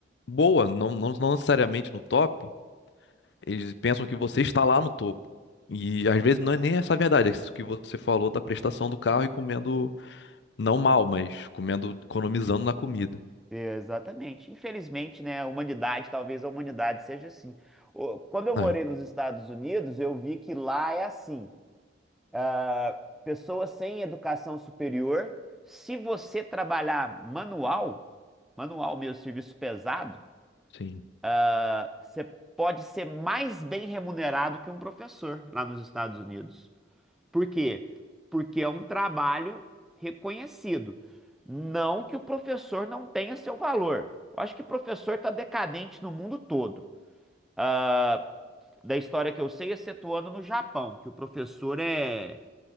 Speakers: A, on the left; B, in the centre.
A: boa, não, não, não necessariamente no top, eles pensam que você está lá no topo. E às vezes não é nem essa a verdade, é isso que você falou da prestação do carro e comendo, não mal, mas comendo, economizando na comida.
B: Exatamente. Infelizmente, né, a humanidade, talvez a humanidade seja assim. O- Quando eu morei
A: É,
B: nos Estados Unidos, eu vi que lá é assim. ah, pessoas sem educação superior, se você trabalhar manual, manual mesmo, serviço pesado,
A: sim.
B: ah, você pode ser mais bem remunerado que um professor lá nos Estados Unidos. Por quê? Porque é um trabalho reconhecido. Não que o professor não tenha seu valor. Eu acho que professor está decadente no mundo todo. Ah, da história que eu sei, excetuando no Japão, que o professor é